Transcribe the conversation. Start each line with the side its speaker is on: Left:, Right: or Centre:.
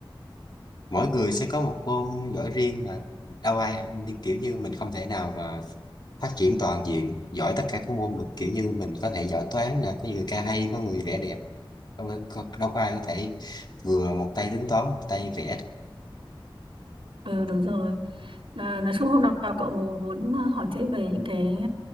Left: mỗi người sẽ có một môn giỏi riêng mà đâu ai như- kiểu như mình không thể nào mà phát triển toàn diện giỏi tất cả các môn được kiểu như mình có thể giỏi toán nè có người ca hay có người vẽ đẹp đâu, có- đâu có ai có thể vừa một tay tính toán một tay vẽ được.
Right: Ừ đúng rồi. À, nói chung hôm nào cậu muốn hỏi thêm về những cái